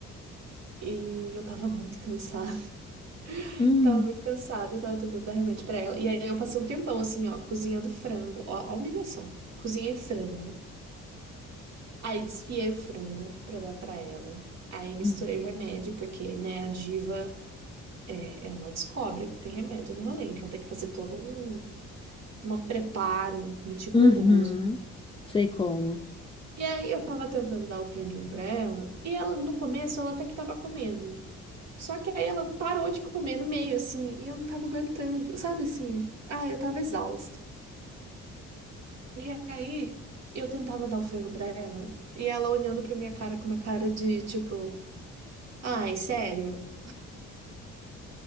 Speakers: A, on the right; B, on the left.
A: e eu tava muito cansada. <laughs>
B: hum,
A: Tava muito cansada, eu tava tentando dar remédio pra ela. E aí eu passei um tempão assim, ó, cozinhando frango. Ó, a humilhação. Cozinhei frango. Aí desfiei o frango pra dar pra ela. Aí misturei
B: uhum,
A: o remédio, porque, né, a diva, é, ela descobre que tem remédio no rolê. Então tem que fazer todo um, um preparo meticuloso
B: uhum. Sei como.
A: E aí eu tava tentando dar o franguinho pra ela, e ela, no começo, ela até que tava comendo. Só que aí ela parou de comer no meio, assim, e eu não tava aguentando, sabe assim? Ah, eu tava exausta. E aí eu tentava dar o frango pra ela, e ela olhando pra minha cara com uma cara de tipo, ai, sério?